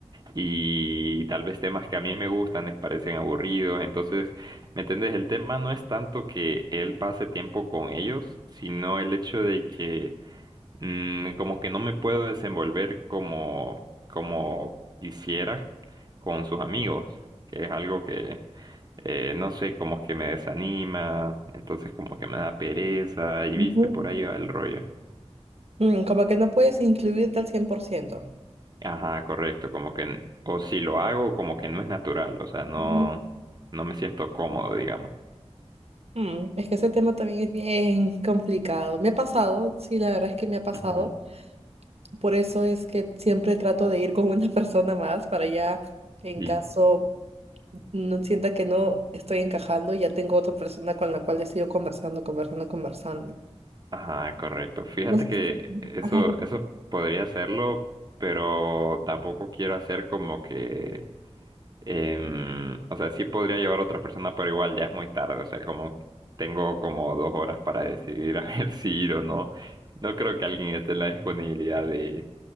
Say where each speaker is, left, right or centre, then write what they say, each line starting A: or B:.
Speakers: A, on the right; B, on the right.
A: y tal vez temas que a mí me gustan les parecen aburridos. Entonces, ¿me entendés? El tema no es tanto que él pase tiempo con ellos, sino el hecho de que Mm, como que no me puedo desenvolver como, como quisiera con sus amigos, que es algo que, eh, no sé, como que me desanima, entonces como que me da pereza y
B: ujú.
A: viste, por ahí va el rollo.
B: Mm, como que no puedes incluirte al 100%.
A: Ajá, correcto, como que, n- o si lo hago, como que no es natural, o sea, no,
B: Ujú.
A: no me siento cómodo, digamos.
B: Mm, es que ese tema también es bien complicado. Me ha pasado, sí, la verdad es que me ha pasado.
A: Ujú,
B: Por eso es que siempre trato de ir con una <laughs> persona más para ya, en
A: Sí.
B: caso no sienta que no estoy encajando, ya tengo otra persona con la cual he sido conversando, conversando, conversando.
A: Ajá, correcto. Fíjate
B: Entonces,
A: que eso,
B: ajá, de-
A: eso podría hacerlo, pero tampoco quiero hacer como que Em, o sea, sí podría llevar otra persona, pero igual ya es muy tarde. O sea, como tengo como dos horas para decidir <laughs> a ver si ir o no. No creo que alguien esté en la disponibilidad de,